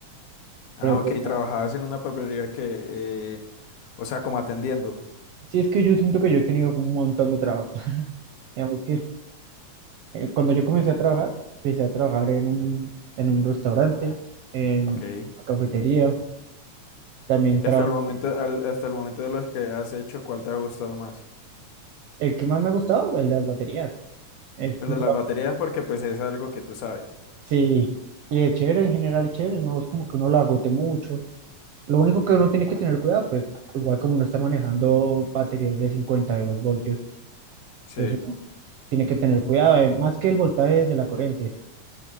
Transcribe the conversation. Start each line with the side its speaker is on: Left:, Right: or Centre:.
Left: Ah,
Right: pero
Left: ok,
Right: pues
Left: trabajabas en una papelería que, eh, o sea, como atendiendo.
Right: sí es que yo siento que yo he tenido como un montón de trabajo. <laughs> Digamos que eh, cuando yo comencé a trabajar, empecé a trabajar en un, en un restaurante, en
Left: Ok.
Right: una cafetería, también
Left: Y
Right: trabajé.
Left: hasta el momento, al- hasta el momento de los que has hecho, ¿cuál te ha gustado más?
Right: El que más me ha gustado, el de las baterías. Es
Left: El
Right: un
Left: de
Right: trabajo-
Left: las baterías porque pues es algo que tú sabes.
Right: sí, y es chévere en general, es chévere, no es como que uno lo agote mucho. Lo único que uno tiene que tener cuidado, pues igual como uno está manejando baterías de cincuenta y dos voltios.
Left: Sí,
Right: entonces tiene que tener cuidado, eh, más que el voltaje de la corriente,